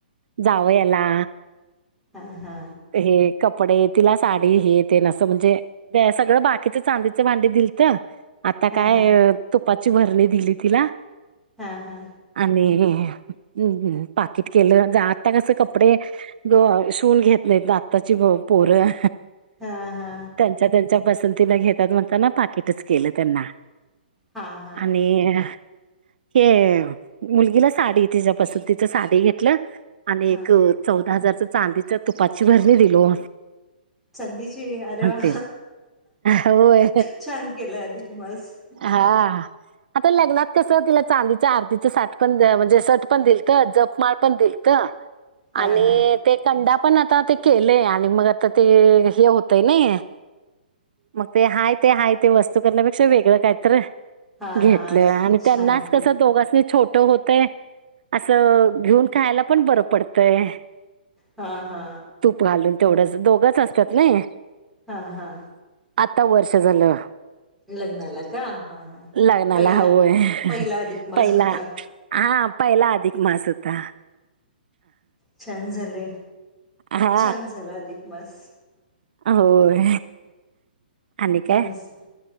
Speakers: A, on the right; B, in the centre.
A: जावंयाला
B: हा हा
A: हे कपडे तिला साडी हे तेन असं म्हणजे सगळं बाकीच चांदीच भांडी दिलत आता
B: हा
A: काय
B: हा
A: तुपाची बरणी दिली तिला
B: हा हा
A: आणि हम्म हम्म पाकिट केलं आता कस कपडे शिवून घेत नाहीतर आत्ताची पोरं
B: हा हा
A: त्यांच्या त्यांच्या पसंतीला घेतात म्हणतात ना पाकिटच केलं त्यांना
B: हा हा हा
A: आणि हे मुलगीला साडी तिच्या पसंतीच साडी घेतलं आणि
B: हा
A: एक चौदा हजारच चांदीच तुपाची बरणी दिलो.
B: चांदीची अरे वा.
A: ते होय
B: छान केलाय अधिक मास.
A: हा. आता लग्नात कस तिला चांदीच्या आर्तीचं साठ पण म्हणजे सर्ट पण दिलत जपमाळ पण दिलत.
B: हा
A: आणि
B: हा
A: ते कंडा पण आता ते केलेय आणि मग आता ते हे होतय ना. मग ते हाय ते हाय ते वस्तू करण्यापेक्षा वेगळं काय तर.
B: हा
A: घेतलं
B: हा
A: आणि
B: छान
A: त्यांनाच
B: केलं.
A: कस दोघांसनी छोट होतय असं घेऊन खायला पण बरं पडतय.
B: हा हा
A: तूप घालून तेवढंच दोघंच असत्यात नई
B: हा हा
A: आता वर्ष झालं.
B: लग्नाला का हा हां
A: लग्नाला
B: पहिला
A: होय.
B: पहिला अधिक मास
A: पहिला
B: होता.
A: हा पहिला अधिक मास होता
B: छान झाले
A: हा
B: छान झाला अधिक बस
A: होय आणि काय
B: मस